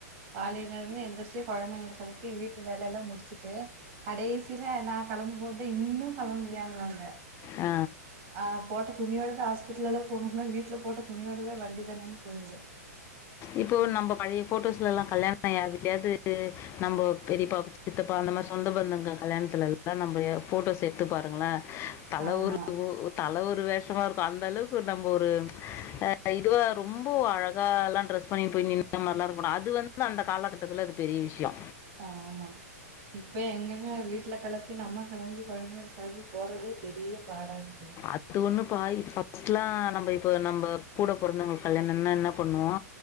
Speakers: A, on the right; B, on the left.
A: காலைல இருந்து எந்திரிச்சி கொழந்தைங்கள கெளப்பி வீட்டு வேலலா முடிச்சுட்டு கடைசில நா கெளம்பும்போதா இன்னு கெளம்புலையான் வாங்க
B: ஆ
A: ஆ போட்ட துணியோடுவே ஹாஸ்பிட்டலல்லா போணுனா வீட்ல போட்ட துணியோடுவே வண்டி தானே போயிருவே
B: இப்போ நம்ம பழைய ஃபோட்டோஸ்லல்லா கல்யாணம் <inaudible> யார் வீட்லயாது நம்போ பெரிப்பா சித்தப்பா அந்த மாதி சொந்த பந்தங்க கல்யாணத்துலல்லா நம்ம ஃபோட்டோஸ் எட்த்து பாருங்களே தல
A: ஆமா
B: ஒரு ஒ தல ஒரு வேஷமா இருக்கு அந்த அளவுக்கு நம்ம ஒரு அ இதுவ ரொம்ப அழகால்லான் ட்ரெஸ் பண்ணிட் போய் நி <inaudible> மாரிலா இருக்கு அது வந்து அந்த காலகட்டத்துல அது பெரிய விஷயோ
A: ஆமா இப்ப எங்கங்க வீட்ல கெளப்பி நம்ம கெளம்பி கொழந்தைக கெளப்பி போறதே பெரிய பாடா இருக்கு
B: அத்து ஒன்னு பா இ ஃபஸ்ட்லா நம்ம இப்போ நம்ம கூட பொறந்தவங்களுக்கு கல்யாணன்னா என்ன பண்ணுவோ